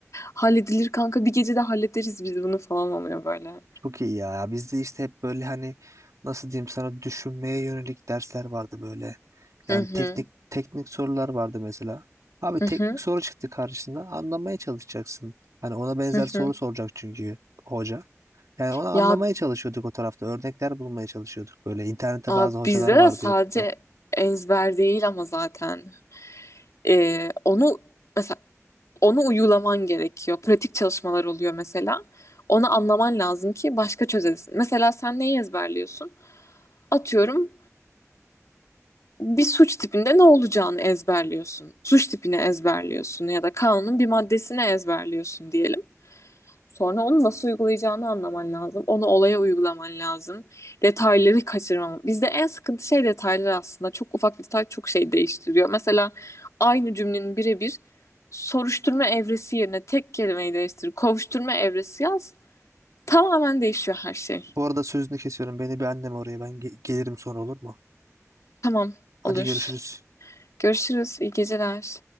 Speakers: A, on the left; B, on the right.
A: Halledilir kanka bir gecede hallederiz biz bunu falan oluyor böyle.
B: Çok iyi ya. Bizde işte hep böyle hani nasıl diyeyim sana düşünmeye yönelik dersler vardı böyle.
A: Hı
B: Yani
A: hı
B: teknik teknik sorular vardı mesela. Abi
A: hı
B: teknik
A: hı
B: soru çıktı karşısında anlamaya çalışacaksın. Hani ona benzer
A: hı. hı.
B: soru soracak çünkü hoca. Yani onu anlamaya
A: Ya
B: çalışıyorduk o tarafta. Örnekler bulmaya çalışıyorduk böyle. İnternette
A: abi
B: bazı hocalar
A: bizde
B: vardı
A: de sadece
B: YouTube'da.
A: ezber değil ama zaten. Ee, onu mesela onu uygulaman gerekiyor. Pratik çalışmalar oluyor mesela. Onu anlaman lazım ki başka çözesin. Mesela sen neyi ezberliyorsun? Atıyorum bir suç tipinde ne olacağını ezberliyorsun. Suç tipini ezberliyorsun ya da kanunun bir maddesini ezberliyorsun diyelim. Sonra onu nasıl uygulayacağını anlaman lazım. Onu olaya uygulaman lazım. Detayları kaçırmam. Bizde en sıkıntı şey detaylar aslında. Çok ufak bir detay çok şey değiştiriyor. Mesela aynı cümlenin birebir soruşturma evresi yerine tek kelimeyi değiştir. Kovuşturma evresi yaz. Tamamen değişiyor her şey.
B: Bu arada sözünü kesiyorum. Beni bir annem oraya. Ben ge- gelirim sonra olur mu?
A: Tamam,
B: Hadi
A: olur.
B: görüşürüz.
A: Görüşürüz. İyi geceler.